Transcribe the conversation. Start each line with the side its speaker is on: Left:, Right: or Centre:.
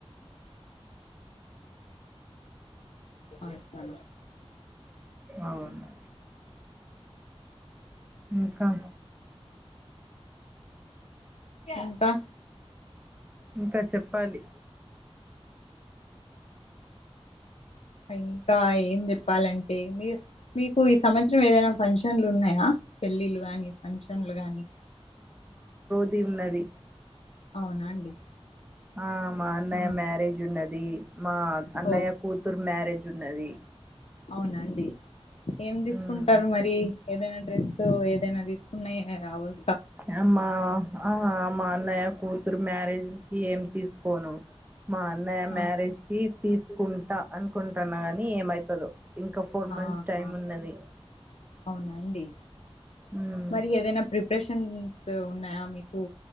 Left: అట్లన
Right: అవును ఇంకా
Left: ఇంకా
Right: ఇంకా చెప్పాలి
Left: ఇంకా ఏం చెప్ ప్పాలంటే మీర్ మీకు ఈ సంవత్సరం ఏదైనా ఫంక్షన్లు ఉన్నాయా పెళ్ళిళ్లు గానీ ఫంక్షన్లు గానీ
Right: తిన్నది
Left: అవునా అండి
Right: ఆ మా అన్నయ్య
Left: ఆ
Right: మ్యారేజ్ ఉన్నది, మా అన్నయ్య
Left: ఓ
Right: కూతురు మ్యారేజ్ ఉన్నది.
Left: అవునా అండి ఏం తీసుకుంటరు
Right: మ్మ్.
Left: మరి ఏదైనా డ్రెస్ ఏదైనా తీసుకున్నా ఏ అవదు
Right: ఇగ మా ఆ మా అన్నయ్య కూతురు మ్యారేజ్ కి ఏం తీసుకోను మా అన్నయ్య
Left: ఆ,
Right: మ్యారేజ్ కి తీసుకుంటా అనుకుంటున్నా గాని ఏమైతదో ఇంకా ఫోర్
Left: ఆహా
Right: మంత్స్ టైమ్ ఉన్నది
Left: అవునా అండి
Right: మ్మ్
Left: మరి ఏదైనా ప్రిపరేషన్ ఉన్నాయా మీకు